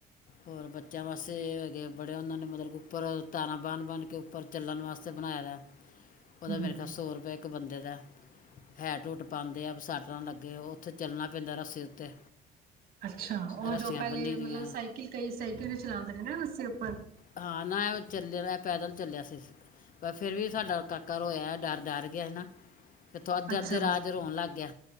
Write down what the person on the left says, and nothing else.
ਹੋਰ ਬੱਚਿਆਂ ਵਾਸਤੇ ਹੈਗੇ ਬੜੇ ਉਹਨਾਂ ਨੇ ਮਤਲਬ ਉਪਰ ਤਾਰਾਂ ਬਨ ਬਨ ਕੇ ਉਪਰ ਚੱਲਣ ਵਾਸਤੇ ਬਣਾਇ ਦਾ ਉਹਦਾ
ਮੇਰੇ ਖਿਆਲ ਸੌ ਰੁਪਆ ਇੱਕ ਬੰਦੇ ਦਾ ਹੈਟ ਹੂਟ ਪਾਉਂਦੇ ਆ ਸਾਟਾਂ ਲੱਗੇ ਉੱਥੇ ਚੱਲਣਾ ਪੈਂਦਾ ਰਸਤੇ ਉੱਤੇ
ਰੱਸੀਆਂ
ਬੰਨ੍ਹੀ
ਦੀਆਂ
ਹਾਂ ਨਾ ਉਹ ਚੱਲਿਆ ਪੈਦਲ ਚੱਲਿਆ ਸੀ ਪਰ ਫਿਰ ਵੀ ਸਾਡਾ ਕਾਕਾ ਰੋਇਆ ਡਰ ਡਰ ਗਿਆ ਸੀ ਨਾ। ਅੱਧੇ-ਅੱਧੇ
ਰਾਹ ਚ ਰੋਣ ਲੱਗ ਗਿਆ